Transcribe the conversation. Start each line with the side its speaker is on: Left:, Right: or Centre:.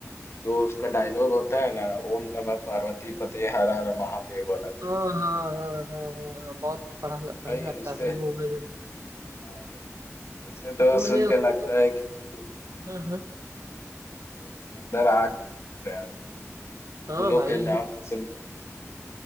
Left: जो उसका डायलॉग होता है ना ओम नमः पार्वती पते हर हर महादेव वाला
Right: हाँ हाँ हाँ हाँ हाँ हाँ, बहुत बड़ा बढ़िया
Left: भाई
Right: लगता
Left: उससे
Right: है भाई वो मैंने
Left: हाँ भाई उसे
Right: उसमें
Left: तो
Right: मैंने
Left: सुन
Right: उसको
Left: के लगता है कि
Right: हाँ हाँ
Left: हम्म, मुझे अंदर आग प्यार मुगलों
Right: हाँ भाई
Left: के नाम
Right: यूट्यूब
Left: के सुन के उसे-